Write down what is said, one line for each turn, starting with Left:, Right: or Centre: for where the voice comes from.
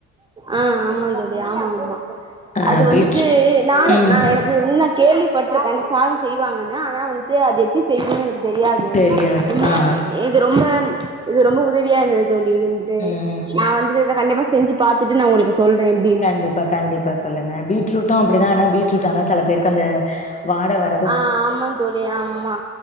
Right: ஆ ஆமா தோழி ஆமா ஆமா
Left: ஆ
Right: அது வந்துட்டு
Left: பீட்ரு
Right: நானு
Left: ம்
Right: நா என க்கு முன்ன கேள்விப்பட்டிருக்கேன் சாதம் செய்வாங்கன்னு ஆனா வந்துட்டு அது எப்டி செய்யும்னு எனக்கு தெரியாது
Left: தெரியாது
Right: ரொம்ப
Left: ஆ
Right: இது ரொம்ப இது ரொம்ப உதவியா இருந்தது தோழி இருந்துட்டு
Left: ஆ. ம்
Right: நா வந்துட்டு கண்டிப்பா செஞ்சு பாத்துட்டு நா உங்களுக்கு சொல்றேன்
Left: கண்டிப்பா கண்டிப்பா சொல்லுங்க பீட்ரூட்டும் அப்டிதான் என்னா பீட்ரூட் ஆனா சில பேருக்கு அந்த வாட வந்
Right: ஆ ஆமா தோழி ஆமா